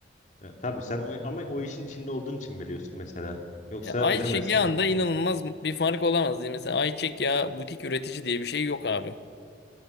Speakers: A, on the left (about 40°); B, on the left (about 60°).
A: Yani tabii sen o, ama o işin içinde olduğun için biliyorsun mesela. Yoksa
B: Ya ayçiçek
A: bilemezsin
B: yağında
A: onu.
B: inanılmaz bir fark olamaz diye. Mesela ayçiçek yağı butik üretici diye bir şey yok abi.